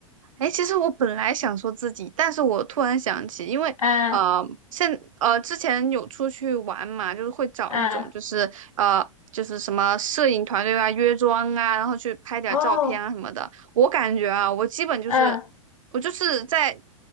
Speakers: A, on the right (about 75°); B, on the left (about 85°).
A: 哎，其实我本来想说自己，但是我突然想起，因为呃，
B: 嗯
A: 现呃之前有出去玩嘛，就是会找那种就是呃就是什么摄影团队啊、
B: 嗯，
A: 约妆啊，然后去拍点照片啊什么的。
B: 哦，
A: 我感觉啊，我基本就是
B: 嗯，
A: 我就是在